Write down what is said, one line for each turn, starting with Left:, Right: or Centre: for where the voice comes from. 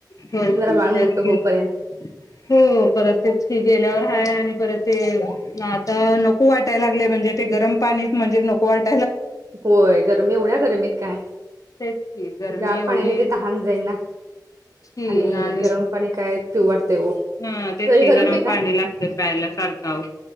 Left: हु हु
Right: जरा
Left: हो
Right: बाळ
Left: तेचकी
Right: मोठं होऊपर्यंत
Left: हो परत तेचकी गेल्यावर हाय आणि परत ते आता नको वाटायला लागले म्हणजे ते गरम पाणीत म्हणजे नको वाट
Right: होय गरमी एवढ्या गरमीत काय
Left: तेच की गरमी
Right: गार
Left: एवढी
Right: पाण्याने ते तहान जाई ना.
Left: <unintelligible>
Right: आणि गरम पाणी काय पिऊ वाटते हो
Left: हम्म तेत
Right: जरी
Left: ते गरम
Right: पिताय
Left: पाणी लागतं प्यायला सारख औव